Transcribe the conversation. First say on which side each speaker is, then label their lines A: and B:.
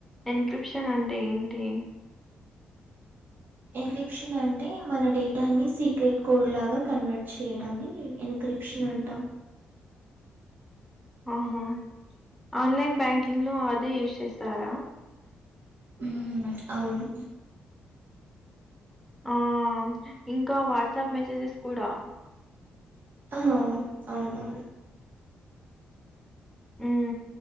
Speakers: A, in the centre; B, on the right.
A: ఎన్క్రిప్షన్ అంటే ఏంటి
B: ఎన్క్రిప్షన్ అంటే మన డేటాని సీక్రెట్ కోడ్ లాగా కన్వర్ట్ చేయడంని ఎన్క్రిప్ ప్షన్ అంటాం
A: ఆహా ఆన్లైన్ బ్యాంకింగ్ లో అదే యూజ్ చేస్తారా
B: ఉ అవును
A: ఆ! ఇంకా వాట్సాప్ మెసేజెస్ కూడా
B: అ అవునవును
A: ఉ